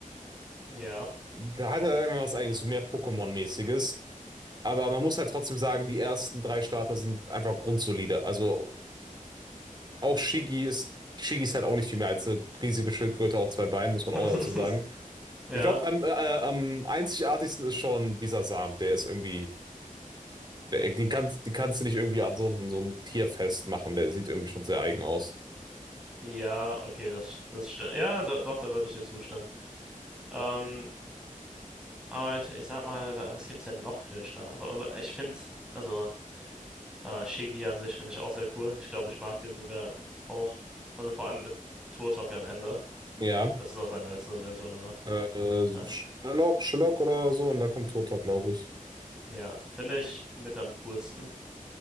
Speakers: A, in the centre; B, on the right.
A: Ja.
B: da hat er einfach was eigenes, so mehr Pokémon-mäßiges. Aber man muss halt trotzdem sagen, die ersten drei Starter sind einfach grundsolide. Also auch Shiggy ist, Shiggy ist halt auch nicht viel mehr als eine riesige Schildkröte auf zwei Beinen, muss man
A: <laughs>
B: auch dazu sagen.
A: Ja,
B: Ich glaube, am, äh, äh, am einzigartigsten ist schon Bisasam. Der ist irgendwie Der- Den kannst, die kannst du nicht irgendwie an so ein, so ein Tier festmachen. Der sieht irgendwie schon sehr eigen aus.
A: ja, okay, das, das stimmt. Ja, do, doch, da würde ich dir zustimmen. Ähm, Aber ich, ich sag mal, wa- was gibt's denn noch für Star? Aber, aber ich finde, also äh, Shiggy an sich finde ich auch sehr cool. Ich glaube, ich mag den sogar auch. Also vor allem mit Turtok Talk am Ende.
B: Ja,
A: Das ist auch seine letzte Version, oder?
B: äh, äh,
A: Ja,
B: Sherlock, Sherlock oder so. Und dann kommt Turtok, glaube ich.
A: ja finde ich mit am coolsten.